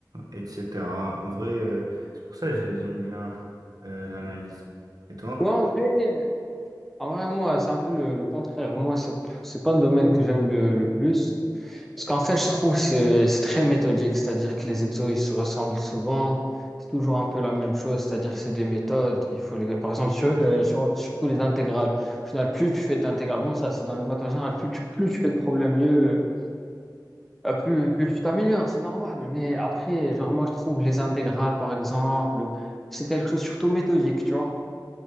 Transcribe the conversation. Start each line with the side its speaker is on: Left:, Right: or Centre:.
Right: etc. En vrai, euh, c'est pour ça que j'ai- j'aime bien euh, l'analyse. Et toi?
Centre: Ouais, en vrai, en vrai, moi, c'est un peu le, le contraire. Moi, c'est, c'est pas le domaine que j'aime le, le plus. Parce qu'en fait, je trouve que c'est c'est très méthodique. C'est-à-dire que les exos, ils se ressemblent souvent. C'est toujours un peu la même chose. C'est-à-dire que c'est des méthodes. Il faut les, par exemple, sur, euh, sur- surtout les intégrales. Au final, plus tu fais d'intégrales, bon, ça, c'est dans les maths en général, plus tu, plus tu fais de problèmes, mieux. Euh, plus, plus tu t'améliores, c'est normal. Mais après, genre, moi, je trouve les intégrales, par exemple, ou- c'est quelque chose surtout méthodique, tu vois.